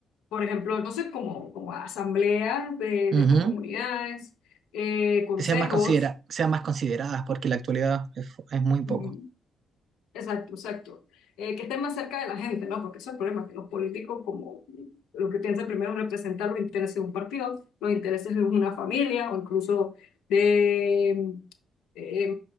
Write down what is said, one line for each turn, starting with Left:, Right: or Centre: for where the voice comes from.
Left: por ejemplo, no sé, como, como asambleas de,
Right: ujú.
Left: de estas comunidades, eh, consejos.
Right: Que sean más considera, sean más consideradas, porque en la actualidad es es muy poco.
Left: Ujú. Exacto, exacto. Eh, que estén más cerca de la gente, ¿no? Porque eso es el problema, que los políticos como lo que piensan primero es representar los intereses de un partido, los intereses de una familia o incluso de, eh,